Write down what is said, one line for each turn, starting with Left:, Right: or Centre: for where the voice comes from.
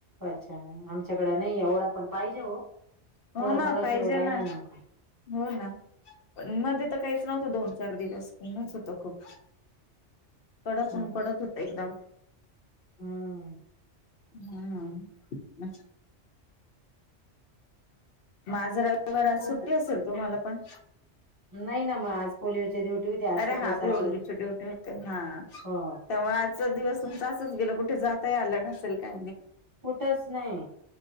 Right: अच्छा आमच्याकड नाही एवढा. पाहिजे हो.
Left: हो
Right: थोडा
Left: ना
Right: थोडा
Left: पाहिजे
Right: येऊ राहिला
Left: ना
Right: नेमका
Left: हो ना पण मध्ये तर काहीच नव्हतं दोन चार दिवस उणच होत खूप कडकून
Right: हम्म
Left: पडत होत एकदम.
Right: हम्म.
Left: हम् माझर विवार आज
Right: खूप
Left: सुट्टी असेल तुम्हाला पण,
Right: नाही ना मग आज पोलिओच्या ड्यूवटी होती. आज
Left: अरे
Right: सकाळी
Left: हा
Right: सातला
Left: पीओलीची होते हा
Right: हो
Left: तेव्हा आजचा दिवस तुमचा अस. गे कुठे जाता आला नसेल काय?
Right: कुठच नाही.